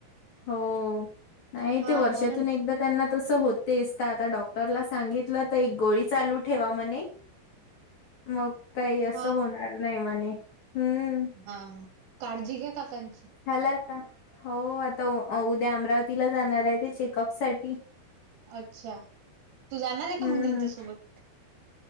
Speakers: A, on the left; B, on the right.
A: हो नाही
B: हा
A: ते वर्षातून
B: म्हणून
A: एकदा त्यांना तस होतेस का आता डॉक्टरला सांगितलं तर एक गोळी चालू ठेवा म्हणे मग काही असं
B: हा
A: होणार नाही म्हणे हम्म
B: हा हा काळजी घ्या काकांची
A: हला का हो तर उद्या अमरावतीला जाणार आहे ते चेकअप साठी
B: अच्छा तू जाणार आहे का
A: हम्म
B: मग त्यांच्यासोबत